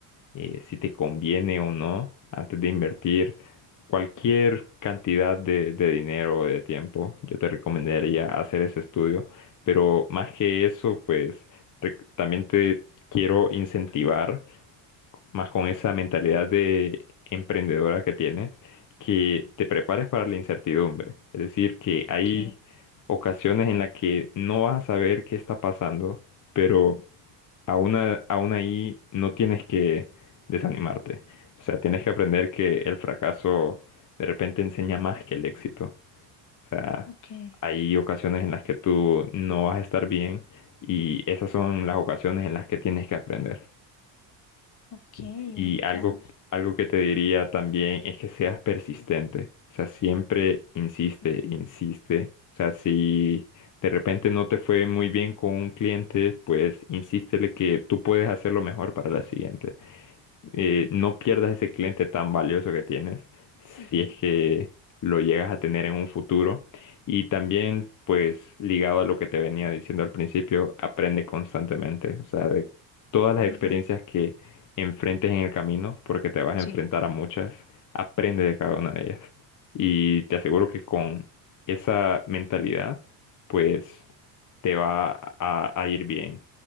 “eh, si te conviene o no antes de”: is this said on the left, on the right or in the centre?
Left